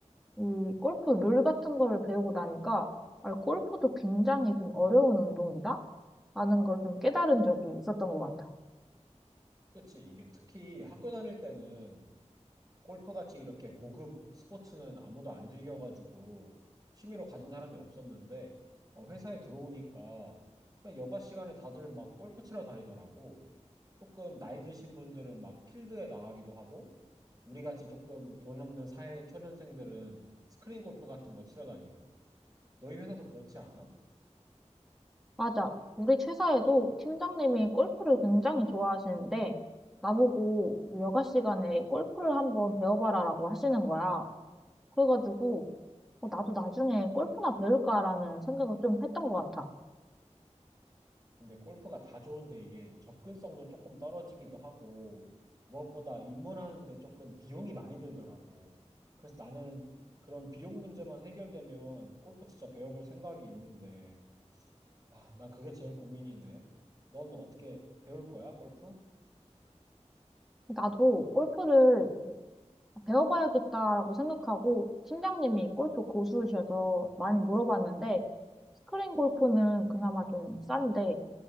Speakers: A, in the centre; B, on the right.
A: 이 골프 룰 같은 거를 배우고 나니까 아, 골프도 굉장히 좀 어려운 운동이다? 라는 걸 좀 깨달은 적이 있었던 것 같아.
B: 그치? 이게 특히 학교 다닐 때는 골프같이 이렇게 고급 스포츠는 아무도 안 즐겨가지고 취미로 가진 사람이 없었는데 어, 회사에 들어오니까 그냥 여가 시간에 다들 막 골프 치러 다니더라고. 조금 나이 드신 분들은 막 필드에 나가기도 하고 우리 같이 조금 돈 없는 사회 초년생들은 스크린 골프 같은 거 치러 다니고 너희 회사도 그렇지 않아?
A: 맞아. 우리 최사에도 팀장님이 골프를 굉장히 좋아하시는데, 나보고 그 여가 시간에 골프를 한번 배워봐라라고 하시는 거야. 그래가지고, 어, 나도 나중에 골프나 배울까라는 생각을 좀 했던 것 같아.
B: 근데 골프가 다 좋은데 이게 접근성도 조금 떨어지기도 하고 무엇보다 입문하는데 조금 비용이 많이 들더라고. 그래서 나는 그런 비용 문제만 해결되면 골프 진짜 배워볼 생각이 있는데 아, 난 그게 제일 고민이네. 넌 어떻게 배울 거야, 골프?
A: 나도 골프를 배워봐야겠다라고 생각하고, 팀장님이 골프 고수이셔서 많이 물어봤는데, 스크린 골프는 그나마 좀 싼데,